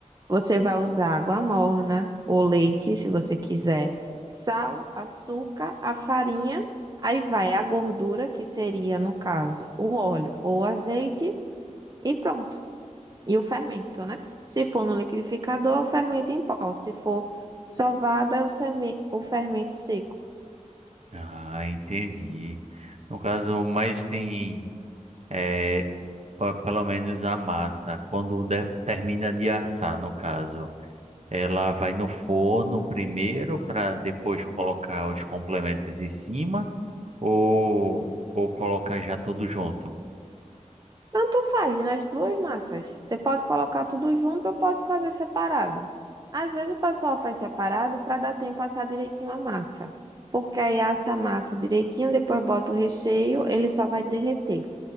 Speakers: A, on the right; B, on the right.
A: Você vai usar água morna ou leite, se você quiser, sal, açúcar, a farinha, aí vai a gordura, que seria, no caso, o óleo ou o azeite, E pronto. E o fermento, né? Se for no liquidificador, o fermento em pó. Se for sovada, é o, seme... o fermento seco.
B: Ah, entendi. No caso, mas tem, é, pe- pelo menos a massa, quando de- termina de assar, no caso, ela vai no forno primeiro para depois colocar os complementos em cima ou, ou colocar já tudo junto?
A: Tanto faz nas duas massas. Você pode colocar tudo junto ou pode fazer separado. Às vezes o pessoal faz separado para dar tempo a assar direitinho a massa. Porque aí assa a massa direitinho, depois bota o recheio, ele só vai derreter.